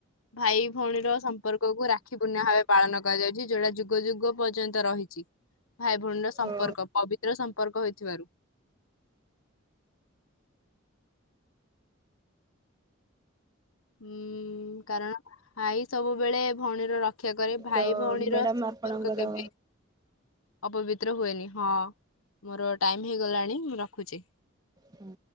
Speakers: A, on the left; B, on the right.
A: ଭାଇ ଭଉଣୀର ସମ୍ପର୍କକୁ ରାକ୍ଷୀ ପୂର୍ଣ୍ଣ ଭାବେ ପାଳନ କରାଯାଉଛି ଯୋଉଟା ଯୁଗ ଯୁଗ ପର୍ଯ୍ୟନ୍ତ ରହିଛି ଭାଇ ଭଉଣୀର
B: ହଁ
A: ସମ୍ପର୍କ ପବିତ୍ର ସମ୍ପର୍କ ହୋଇଥିବାରୁ। ହୁଁ କାରଣ ଭାଇ ସବୁବେଳେ ଭଉଣୀର ର କ୍ଷା କରେ ଭାଇ
B: ତ
A: ଭଉଣୀର
B: ମ୍ୟାଡ଼ାମ
A: ସମ୍ପର୍କ
B: ଆପଣଙ୍କର
A: କେବେ ଅପବିତ୍ର ହୁଏନି ହଁ ମୋର ଟାଇମ ହେଇଗଲାଣି ମୁଁ ରଖୁଚି।
B: ହୁଁ